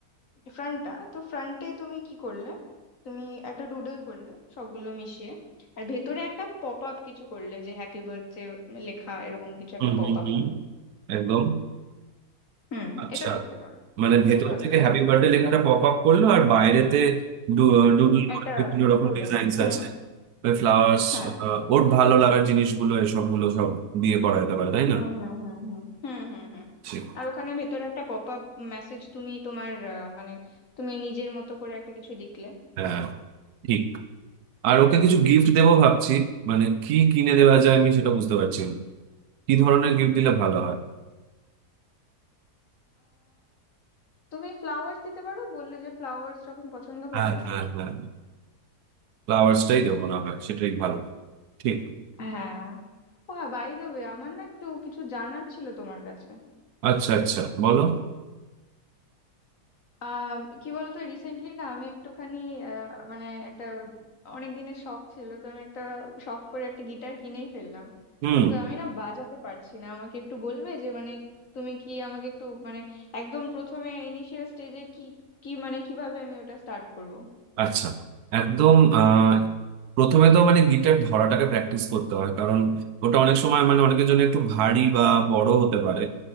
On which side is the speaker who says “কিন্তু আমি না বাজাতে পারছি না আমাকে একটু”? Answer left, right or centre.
Left